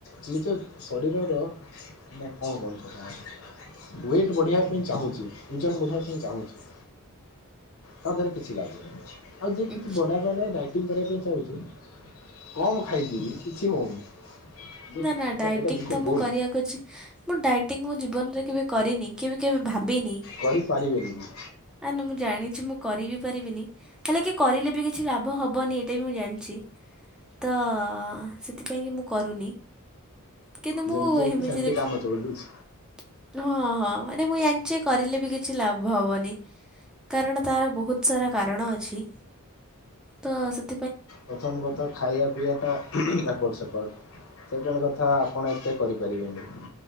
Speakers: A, on the left; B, in the centre.
A: ଯେମିତି ଶରୀରର ନା କଣ କରୁଛ ୱେଟ୍ ବଢିବା ପାଇଁ ଚାହୁଁଛି ଓଜନ ବଢେଇବା ପାଇଁ ଚାହୁଁଛି। ତାଧାର କିଛି ଲାଗୁନି ଆଉ ଯିଏ
B: ଉଁ,
A: କିଛି ବନେଇ ବା ନାଇ ଟି କରିବା ପାଇଁ ଚାହୁଁଛି କମ ଖାଇକି କିଛି ହେଉନି
B: ନା
A: ଏଟା
B: ନା ଡାଇଟିଂ
A: ବିଲକୁଲ ଭୁଲ।
B: <unintelligible> ମୁଁ ଡାଇଟିଙ୍ଗ ମୋ ଜୀବନରେ କେବେ କରିନି କେବେ କେବେ ଭାବିନି
A: କରିପାରିବେନି କି
B: ନା ନା ମୁଁ ଜାଣିଛି ମୁଁ କରି ବିି ପାରିବିନି ହେଲେ କି କରିଲେ ବି କିଛି ଲାଭ ହେବନି ଏଇଟା ବି ମୁଁ ଜାଣିଛି ତ ସେଥିପାଇଁକି ମୁଁ କରୁନି କେନ୍ତୁ ମୁଁ
A: ଯେମିତି ଅଛି
B: ହେମିତିରେପ
A: ସେମିତି କାମ ଚଳେଇ ଦଉଛି।
B: ହଁ ହଁ ମାନେ ମୁଁ ାଞ୍ଚ କରିଲେ ବି କିଛି ଲାଭ ହବନି କାରଣ ତାର ବହୁତ ସାରା କାରଣ ଅଛି ତ ସେ
A: ପ୍ରଥମ କଥା ଖାଇବା ପିଆବା ଟା ଏପର୍ଟ ସେପର୍ଟ ସେକେଣ୍ଡ କଥା ଆପଣ ଏତେ କରିପାରିବେନି